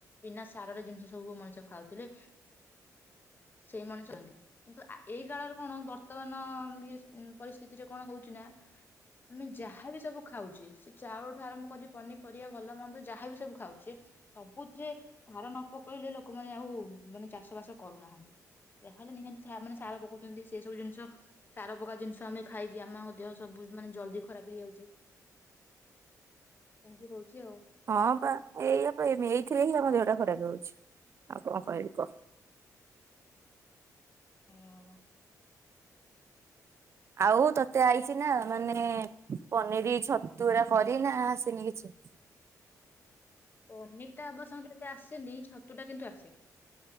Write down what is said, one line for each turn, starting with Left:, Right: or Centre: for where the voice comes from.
Left: ବିନା ସାରରେ ଜିନିଷ ସବୁ ମଣିଷ ଖାଉଥିଲେ ସେଇ ମଣିଷ <unintelligible> କିନ୍ତୁ ଏଇ କାଳରେ କଣ ବର୍ତ୍ତମାନ ଇଏ ପରିସ୍ଥିତିରେ କଣ ହଉ ଚୁନା ଆମେ ଯାହାବି ସବୁ ଖାଉଛେ ସେ ଚାଉଳଠୁ ଆରମ୍ଭ କରି ପନିପରିବା ଭଲ ମନ୍ଦ ଯାହାବ ସବୁ ଖାଉଛେ ସବୁଥିରେ ସାର ନ ପକେଇଲେ ଲୋକମାନେ ଆଉ ମାନେ ଚାଷ ବାସ କରୁନାହାନ୍ତି ଯାହାହେଲେ ନିହାତି ମାନେ ସାର ପକଉଛନ୍ତି ସେ ସବୁ ଜିନିଷ ସାର ପକା ଜିନିଷ ଆମେ ଖାଇକି ଆମ ଦେହ ସବୁ ମାନେ ଜଲଦି ଖରାପ ହେଇଯାଉଛି। ଏମତି ହଉଛି। ଆଉ
Right: ହଁ ପା ଏଇଆପା ଆମ ଏଇଥିରେ ହିଁ ଆମ ଦେ ଟା ଖରାପ ହଉଛି ଆଉ କଣ କହିବି କହ।
Left: ହଁ
Right: ଆଉ ତତେ ଆଇଛି ନା ମାନେ ପନିର ଛତୁରା କରି ନା ଆସିନି କିଛି?
Left: ପନି ଟା ଅବଶ୍ୟ ଆସେନି ଛତୁ ଟା କିନ୍ତୁ ଆସେ।